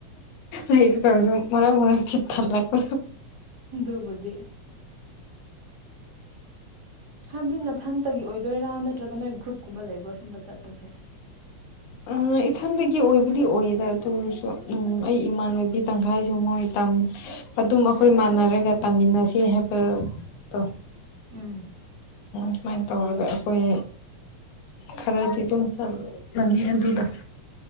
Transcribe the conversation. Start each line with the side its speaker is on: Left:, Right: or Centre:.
Left: ꯑꯩ ꯇꯧꯔꯁꯨ ꯃꯅꯥ ꯃ ꯆꯤ ꯊ ꯂꯥꯛꯄ
Right: ꯨꯕꯨꯗꯤ ꯍꯥꯏꯕꯗꯤ ꯅꯥꯊꯟꯇꯒꯤ ꯑꯣꯏꯗꯣꯏꯔꯥ ꯅꯠꯇ꯭ꯔꯒ ꯅꯣꯏ ꯒ꯭ꯔꯨꯞꯀꯨꯝꯕ ꯂꯩꯕ꯭ꯔꯥ ꯁꯨꯝꯕ ꯆꯠꯄꯁꯦ
Left: ꯎ ꯑ ꯏꯊꯟꯗꯒꯤ ꯑꯣꯏꯕꯨꯗꯤ ꯑꯣꯏꯌꯦꯗ ꯑꯗꯨꯁꯨ ꯎꯝ ꯑꯩ ꯏꯃꯥꯟꯅꯕꯤ ꯇꯪꯈꯥꯏꯁꯨ ꯃꯣꯏ ꯇ ꯑꯗꯨꯝ ꯑꯩꯈꯣꯏ ꯃꯥꯟꯅꯔꯒ ꯇꯥꯃꯤꯟꯅꯁꯦ ꯍꯥꯏꯕꯗꯣ
Right: ꯎꯝ
Left: ꯁꯨꯃꯥꯏꯅ ꯇꯧꯔꯒ ꯑꯩꯈꯣꯏ ꯈꯔꯗꯤ ꯇ ꯆ ꯑꯗꯨꯗ